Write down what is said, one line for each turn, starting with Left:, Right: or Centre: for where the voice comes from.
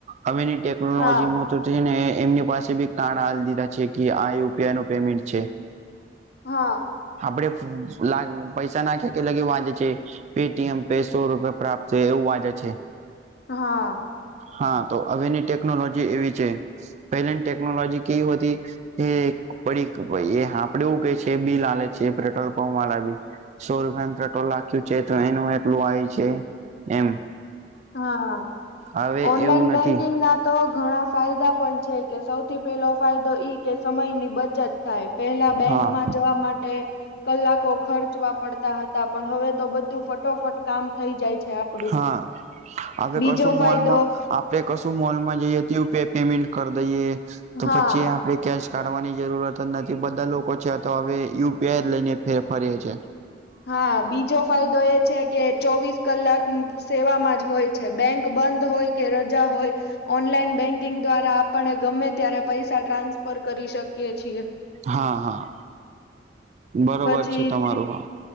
Right: હવેની ટેકનોલોજીમાં
Left: હા
Right: તો જેને એમની પાસે કાર્ડ હાલ દીધા છે કે આ યુ પી આઈ નું પેમેન્ટ છે.
Left: હા.
Right: આપડે લા પૈસા નાખીએ કે લઈએ વાજેે છે. પે ટી એમ પે સો રૂપિયા પ્રાપ્ત એવું વાજે છે.
Left: હા.
Right: હા તો હવેની ટેકનોલોજી એવી છે પહેલાની ટેકનોલોજી કેવી હોતી એ પડી એ આપ આપડે એવું કે છે બિલ હાલે છે પેટ્રોલ પંપ વાળા બી. સો રુપિયાનું પેટ્રોલ લખ્યું છે તો એનું એટલું આયુ છે એમ.
Left: હા,
Right: હવે
Left: ઓનલાઈન
Right: એવું
Left: બેંકિંગ
Right: નથી
Left: ના તો ઘણા ફાયદા પણ છે કે સૌથી પેલો ફાયદો ઈ કે સમય ની બચત થાય. પહેલા બેંકમાં
Right: હા
Left: જવા માટે કલાકો ખર્ચવા પડતા હતા પણ હવે તો બધું ફટોફટ કામ થઈ જાય છે. આપડું
Right: હા આપે
Left: બીજો
Right: કશું
Left: ફાયદો
Right: મોલમાં આપડે કશું મોલમાં જઈએ તું તે પેમેન્ટ કરી દઈએ તો
Left: હા
Right: પછી આ આપણે કેશ કાઢવાની જરૂરત જ નથી. બધા લોકો છે તો હવે યુ પી આઈ જ લઈને ફેર ફરીએ છે.
Left: હા બીજો ફાયદો એ છે કે ચોવીસ કલાક સેવામાં જ હોય છે. બેંક બંધ હોય કે રજા હોય. ઓનલાઈન બેન્કિંગ દ્વારા આપણે ગમે ત્યારે પૈસા ટ્રાન્સફર કરી શકીએ છીએ.
Right: હા, હા. બરોબર
Left: પછી
Right: છે તમારું
Left: ત્રી
Right: હા